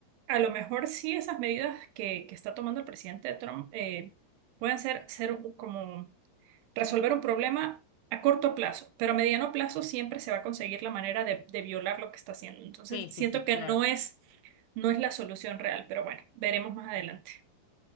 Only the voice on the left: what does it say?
sí,
sí, sí,
claro.